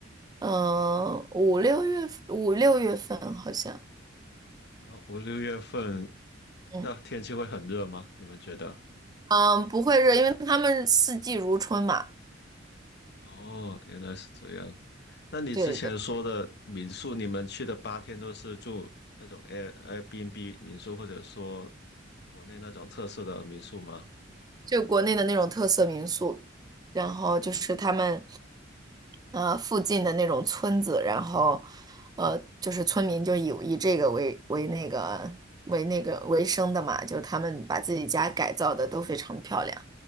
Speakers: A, on the right (about 20°); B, on the left (about 60°).
A: 嗯、五六月五六月份好像，
B: 哦，五六月份，
A: 嗯
B: 那天气会很热吗？你们觉得？
A: 嗯，不会热，因为他们四季如春嘛，
B: 哦，原来是这样。那你之前说的民宿，
A: 对对，
B: 你们去的八天都是住那种 Air Airbnb 民宿，或者说国内那种特色的民宿吗？
A: 就国内的那种特色民宿，然后就是他们呃附近的那种村子，然后呃就是村民就以以这个为为那个为那个为生的嘛，就是他们把自己家改造的都非常漂亮，